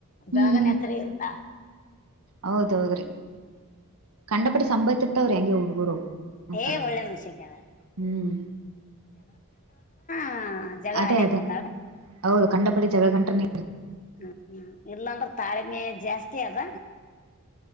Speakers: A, on the right (about 70°); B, on the left (about 35°).
A: ಹ್ಮ್
B: ಬಗನ್ ಹೆತ್ರರ ಇರುತಾ
A: ಹೌದೌದ್ರಿ ಕಂಡಪಟ್ಟ ಸಂಭವ ಮತ್ತವ್ರ ಹೆಂಗಗೆ ಹುಡ್ಗರು ಅಂತಾರೆ
B: ಏ ಒಳ್ಳೆ ಮನುಷ್ಯ ಕೇಳಾರ
A: ಹ್ಮ್
B: ಹಾ ಜಗಳ
A: ಅದೇ
B: ಅಡ
A: ಅದೇ
B: ಬಿಡ್ತಾಳೆ
A: ಹೌದು ಕಂಡಪಿ ಜಗಳ ಗಂಟನ
B: ಹ ಇಲ್ಲಾಂದ್ರೆ ತಾಳ್ಮೆ ಜಾಸ್ತಿ ಅದ